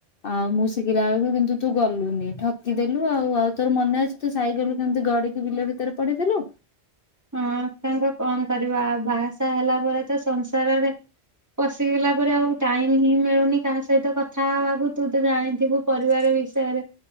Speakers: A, on the left; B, on the right.
A: ଆଉ ମୁଁ ଶିଖିଲା ବେଳକୁ କିନ୍ତୁ ତୁ ଗଲୁନି ଠକି ଦେଲୁ ଆଉ ଆଉ ତୋର ମନେ ଅଛି ତୁ ସାଇକେଲୁ କେମିତି ଗଡିକି ବିଲ ଭିତରେ ପଡିଦଲୁ।
B: ହଁ ତାଙ୍କ କଣ କରିବା ଆଉ ବାହାସା ହେଲା ପରେ ତ ସଂସାରରେ ପଶିଗଲା ପରେ ଆଉ ଟାଇମ ହିଁ ମିଳୁନି କାହା ସହିତ କଥା ହବାକୁ ତୁ ତ ଜାଣିଥିବୁ ପରିବାର ବିଷୟରେ